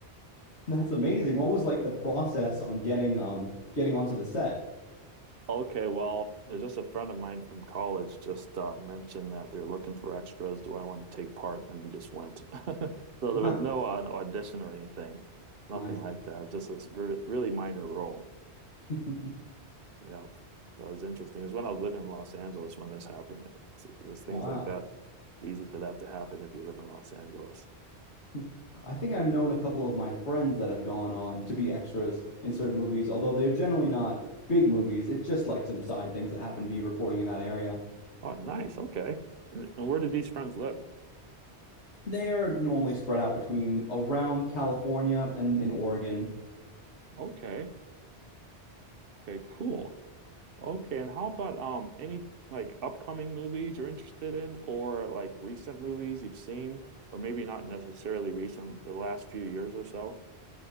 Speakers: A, on the left; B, on the right.
A: <laughs> That's amazing. What was like the process on getting um getting onto the set?
B: Okay, well, there's just a friend of mine from college just uh, mentioned that they're looking for extras. Do I want to take part? And we just went. <laughs> So
A: <laughs>
B: there was no uh, no audition or anything, nothing
A: Nice.
B: like that. Just a s- ver- really minor role.
A: <laughs>
B: Yep. But it was interesting. It was when I was living in Los Angeles when this happened. It's, it's things
A: Wow.
B: like that. It's easy for that to happen if you live in Los Angeles.
A: <laughs> I think I've known a couple of my friends that have gone on to be extras in certain movies, although they're generally not big movies. It's just like some side things that happen to be recording in that area.
B: Oh, nice. Okay. And, and where did these friends live?
A: They're normally spread out between around California and in Oregon.
B: Okay. Okay, cool. Okay, and how about um any like upcoming movies you're interested in or like recent movies you've seen or maybe not necessarily recent, the last few years or so?